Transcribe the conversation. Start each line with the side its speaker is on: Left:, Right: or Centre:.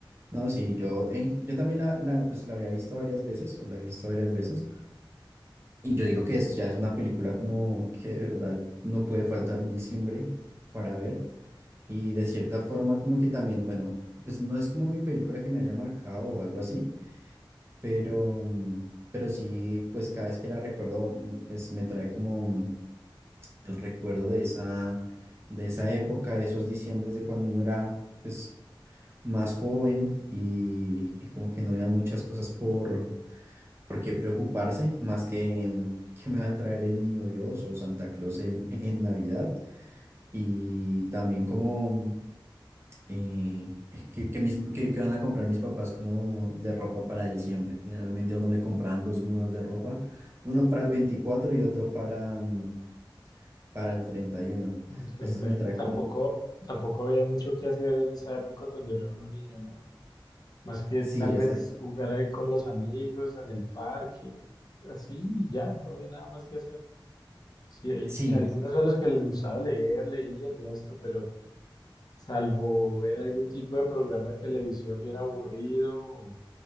Right: No, sí, yo, en- yo también la, la, pues, la había visto varias veces, o la he visto varias veces, Y yo digo que es, ya es una película como que de verdad no puede faltar un diciembre para ver. Y de cierta forma como que también, bueno, pues no es como mi película que me haya marcado o algo así, pero, mm, pero sí, pues cada vez que la recuerdo, mm, pues me trae como mm, el recuerdo de esa, de esa época, de esos diciembres de cuando uno era pues más joven y, y como que no había muchas cosas por ¿Por qué preocuparse más que que me va a traer el niño Dios o Santa Claus en, en Navidad? Y también como eh, que, que mis, que, que van a comprar mis papás como de ropa para diciembre. Generalmente a uno le compraban dos mudas de ropa, uno para el 24 y otro para, mm, para el treinta y uno
Left: en 31.
Right: Entonces me trae
Left: Y y tampoco,
Right: como,
Left: tampoco había mucho que hacer en esa época cuando era uno niño, ¿no? Más que
Right: sí,
Left: tal
Right: exacto.
Left: vez jugar ahí con los amigos en el parque, así, y ya, no había nada más que hacer. Sí, hay
Right: Sí,
Left: algunos a los que les gustaba leer, leían y esto, pero salvo ver algún tipo de programa de televisión bien aburrido o